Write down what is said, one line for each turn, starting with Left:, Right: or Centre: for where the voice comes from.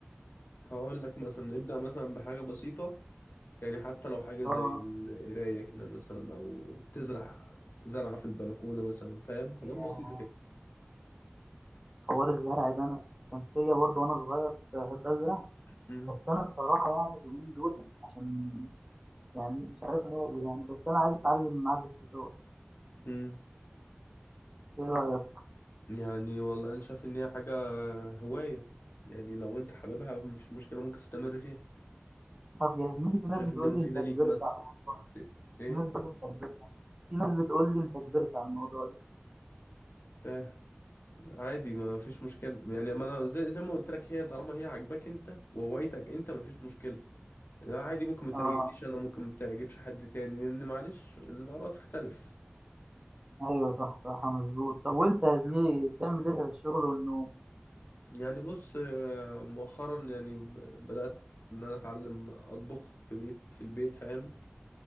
Left: هقول لك مثلا ابدأ مثلا بحاجة بسيطة يعني حتى لو حاجة زي
Right: اه
Left: القراية كده مثلا او تزرع زرعة في البلكونة مثلا فاهم
Right: يا-
Left: حاجات بسيطة كده
Right: حوار الزرع ده انا كان فيا برضه وانا صغير كنت بحب ازرع
Left: مم.
Right: بس انا الصراحه يعني اليومين دول عشان يعني مش عارف ماله يعني بس انا عايز اتعلم اعزف جيتار
Left: مم.
Right: ايه رايك
Left: يعني والله انا شايف ان هي حاجة هواية يعني لو انت حاببها مفيش مشكلة ممكن تستمر فيها
Right: طب يا زميلي في ناس
Left: شايف
Right: بتقول
Left: ان هي مفيدة
Right: لي انت كبرت
Left: ليك مثلا
Right: على-
Left: ايه
Right: في ناس بتقول لي انت كبرت في ناس بتقول لي انت كبرت على الموضوع ده
Left: فاهم عادي ما فيش مشكلة يعني ما انا زي, زي ما قلت لك هي طالما هي عاجباك انت وهوايتك انت ما فيش مشكلة يعني عادي ممكن ما تعجبنيش
Right: اه
Left: انا ممكن ما تعجبش حد تاني لان معلش الآراء تختلف
Right: ايوه صح صح مظبوط طب وانت يا زميلي بتعمل ايه غير الشغل والنوم
Left: يعني بص آه، مؤخرا يعني ب- بدأت ان انا اتعلم اطبخ في بيت في البيت فاهم